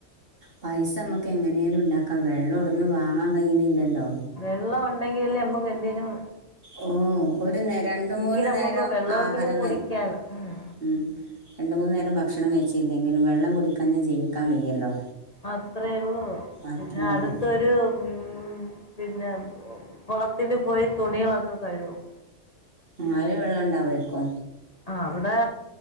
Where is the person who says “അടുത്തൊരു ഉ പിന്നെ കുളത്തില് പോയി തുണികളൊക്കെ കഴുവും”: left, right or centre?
Left